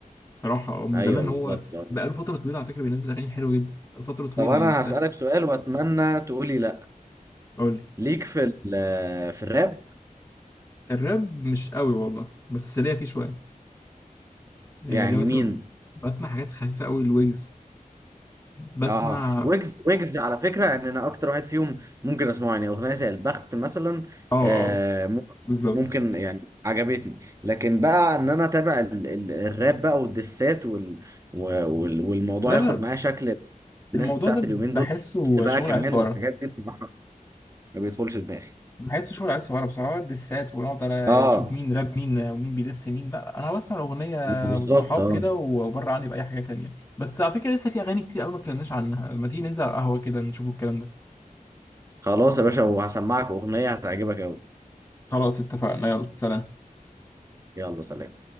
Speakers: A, on the left; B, on the right.
A: صراحة اه من
B: أيوه
A: زمان
B: بالظبط
A: هو بقاله فترة طويلة على فكرة بينزل أغاني حلوة جدا فترة طويلة
B: طب أنا
A: يعني أنت
B: هسألك سؤال وأتمنى تقولي لا
A: أقول لي
B: ليك في ال- في الراب
A: الراب مش قوي والله بس ليا فيه شوية يعني
B: يعني
A: لو مثلا
B: مين
A: بسمع حاجات خفيفة قوي الويجز بسمع
B: اه
A: اه
B: ويجز ويجز على فكره يعني انا اكتر واحد فيهم ممكن اسمعه يعني اغنيه زي البخت مثلا
A: اه آه،
B: آه مم-
A: بالظبط
B: ممكن يعني عجبتني لكن بقى ان انا اتابع ال- ال- الراب بقى والدسات وال و- وال- والموضوع
A: لا
B: ياخد
A: لا
B: معايا شكل الناس
A: الموضوع
B: بتاعت
A: ده
B: اليومين
A: بحسه
B: دول بس بقى
A: شغل
B: كمان
A: عيال صغيرة
B: والحاجات دي بصراحه ما بيدخلش دماغي
A: بحسه شغل عيال صغيرة بصراحة دسات ونقعد على
B: اه
A: شوف مين راب مين ومين بيدس مين لا لا، أنا بسمع الأغنية
B: بالظبط
A: والصحاب
B: اه
A: كده وبره عني بأي حاجة تانية بس على فكرة لسه في أغاني كتير قوي ما اتكلمناش عنها ما تيجي ننزل على القهوة كده نشوف الكلام ده
B: خلاص يا باشا وهسمعك اغنيه هتعجبك قوي
A: خلاص اتفقنا يلا سلام
B: يلا سلام